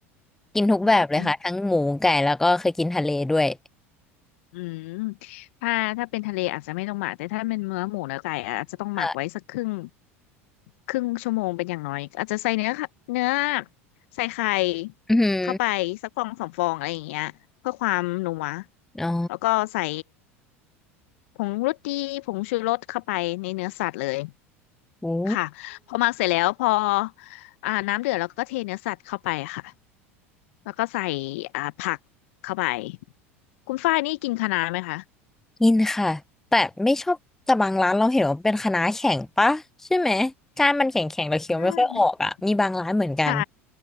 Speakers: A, in the centre; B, on the left.
A: กินทุกแบบเลยค่ะทั้งหมูไก่แล้วก็เคยกินทะเลด้วย
B: อืมอืมถ้าถ้าเป็นทะเลอาจจะไม่ต้องหมักแต่ถ้าเป็นเนื้อหมูเนื้อไก่อาจจะต้องหมักไว้สักครึ่ง
A: ค่ะ
B: ครึ่งชั่วโมงเป็นอย่างน้อยอาจจะใส่เนื้อค่ะเนื้อใส่ไข่
A: อือหือ
B: เข้าไปสักฟองสองฟองอะไรอย่างเงี้ยเพื่อความนัว
A: อ๋อ
B: แล้วก็ใส่ ผงรสดีผงชูรสเข้าไปในเนื้อสัตว์เลย
A: โอ้
B: ค่ะพอหมักเสร็จแล้วพออ่าน้ำเดือดแล้วก็เทเนื้อสัตว์เข้าไปค่ะแล้วก็ใส่อ่าผักเข้าไปคุณฝ้ายนี่กินคะน้าไหมคะ
A: กินค่ะ แต่ไม่ชอบแต่บางร้านเราเห็นว่าเป็นคะน้าแข็งปะใช่ไหมก้านมันแข็งแข็งเราเคี้ยวไม่ค่อยออกอ่ะมีบางร้านเหมือนกัน
B: อ่าใช่